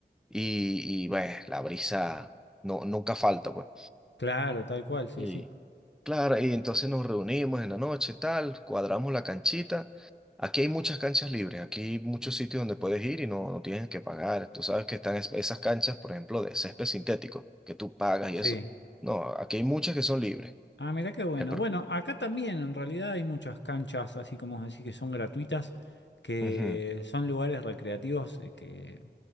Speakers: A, in the centre; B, on the left.
A: y, y bueno, la brisa no, nunca falta, pues.
B: Claro, tal cual, sí,
A: Y
B: sí.
A: claro, y entonces nos reunimos en la noche, tal, cuadramos la canchita. Aquí hay muchas canchas libres, aquí hay muchos sitios donde puedes ir y no, no tienes que pagar. Tú sabes que están es- esas canchas, por ejemplo, de césped sintético, que tú pagas
B: Sí,
A: y eso. No, aquí hay muchas que son libres.
B: Ah, mirá qué bueno.
A: El pro-
B: Bueno, acá también en realidad hay muchas canchas, así como decir que son gratuitas, que
A: Ujú.
B: son lugares recreativos eh, que